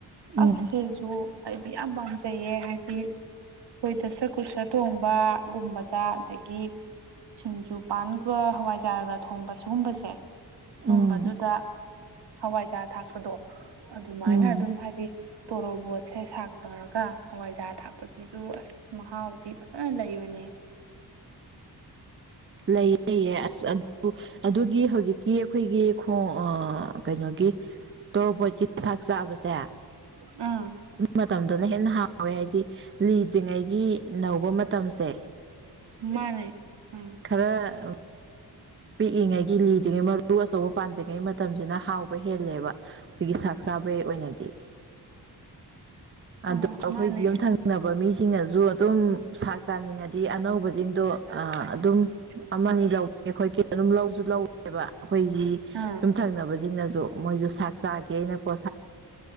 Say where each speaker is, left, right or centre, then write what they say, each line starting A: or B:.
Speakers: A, on the right; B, on the right.
A: ꯎꯝ
B: ꯑꯁ ꯁꯤꯁꯨ ꯑꯩꯗꯤ ꯌꯥꯝ ꯄꯥꯝꯖꯩꯌꯦ ꯍꯥꯏꯗꯤ ꯑꯩꯈꯣꯏꯗ ꯁꯛꯀꯨꯁ ꯊꯣꯡꯕꯒꯨꯝꯕꯗ ꯑꯗꯒꯤ ꯁꯤꯡꯖꯨꯄꯥꯟꯒ ꯍꯋꯥꯏꯖꯥꯔꯒ ꯊꯣꯡꯕ ꯁꯤꯒꯨꯝꯕꯁꯦ ꯁꯨꯝꯕꯗꯨꯗ
A: ꯎꯝ
B: ꯍꯋꯥꯏꯖꯥꯔꯥ ꯊꯥꯛꯄꯗꯣ ꯑꯗꯨꯃꯥꯏꯅ
A: ꯎꯝ
B: ꯑꯗꯨꯝ ꯍꯥꯏꯗꯤ ꯇꯣꯔꯣꯕꯣꯠꯁꯦ ꯇꯧꯔꯒ ꯍꯋꯥꯏꯖꯥꯔ ꯊꯥꯛꯄꯁꯤꯁꯨ ꯑꯁ ꯃꯍꯥꯎꯗꯤ ꯐꯖꯅ ꯂꯩꯕꯅꯤ
A: ꯂꯩꯌꯦ ꯂꯩꯌꯦ ꯑꯁ ꯑꯗꯨ ꯑꯗꯨꯒꯤ ꯍꯧꯖꯤꯛꯀꯤ ꯑꯩꯈꯣꯏꯒꯤ ꯈꯣꯡ ꯀꯩꯅꯣꯒꯤ ꯇꯣꯔꯣꯕꯣꯠꯀꯤ ꯆꯥꯛ ꯆꯥꯕꯁꯦ
B: ꯑꯥ
A: ꯃꯇꯝꯗꯅ ꯍꯦꯟꯅ ꯍꯥꯎꯋꯦ ꯍꯥꯏꯕꯗꯤ ꯂꯤꯗ꯭ꯔꯤꯉꯩꯒꯤ ꯅꯧꯕ ꯃꯇꯝꯁꯦ
B: ꯃꯥꯅꯦ ꯎꯝ
A: ꯈꯔ ꯄꯤꯛꯏꯉꯩꯒꯤ ꯂꯤꯗ꯭ꯔꯤꯉꯩ ꯃꯔꯨ ꯑꯆꯧꯕ ꯄꯥꯟꯗ꯭ꯔꯤꯉꯩ ꯃꯇꯝꯁꯤꯅ ꯍꯥꯎ ꯍꯦꯜꯂꯦꯕ ꯑꯩꯈꯣꯏꯒꯤ ꯆꯥꯛ ꯆꯥꯕꯒꯤ ꯑꯣꯏꯅꯗꯤ ꯑꯗꯣ
B: ꯑꯥ
A: ꯑꯩꯈꯣꯏꯒꯤ
B: ꯃꯥꯅꯦ
A: ꯌꯨꯝ ꯊꯪꯅꯕ ꯃꯤꯁꯤꯡꯅꯁꯨ ꯑꯗꯨꯝ ꯆꯥꯛ ꯆꯥꯅꯤꯡꯉꯗꯤ ꯑꯅꯧꯕꯁꯤꯡꯗꯣ
B: ꯂꯩ <unintelligible>
A: ꯑꯗꯨꯝ ꯑꯃꯅꯤ ꯂꯧ ꯑꯩꯈꯣꯏ ꯑꯗꯨꯝ ꯂꯧꯁꯨ ꯂꯧꯋꯦꯕ ꯑꯩꯈꯣꯏꯒꯤ
B: ꯑꯥ
A: ꯌꯨꯝꯊꯪꯅꯕꯁ ꯁꯤꯡꯅ ꯃꯣꯏ ꯆꯥꯦꯩꯅꯀꯣ